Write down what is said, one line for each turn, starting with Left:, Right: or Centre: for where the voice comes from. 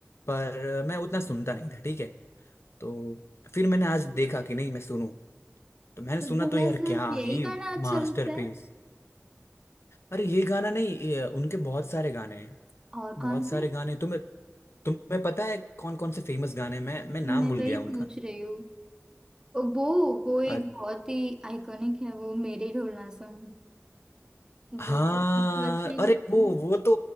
Left: पर मैं उतना सुनता नहीं था ठीक है तो फिर मैंने आज देखा कि नहीं मैं सुनूं तो मैंने
Right: तो
Left: सुना
Right: तुम्हें
Left: तो यार
Right: सिर्फ
Left: क्या
Right: यही
Left: ही
Right: गाना अच्छा
Left: मास्टरपीस
Right: लगता है
Left: अरे ये गाना नहीं ये, उनके बहुत सारे गाने हैं
Right: और
Left: बहुत
Right: कौन
Left: सारे
Right: से
Left: गाने तुम्हें तुम्हें पता है कौन कौन से फेमस गाने हैं? मैं मैं नाम
Right: मैं
Left: भूल
Right: वही
Left: गया उनका
Right: पूछ रही हूँ वो वो एक
Left: अ-
Right: बहुत ही आइकॉनिक है वो मेरे ढोलना सुन
Left: हाँ
Right: वो तो सबको अच्छा ही
Left: अरे
Right: लगता
Left: वो
Right: है
Left: वो तो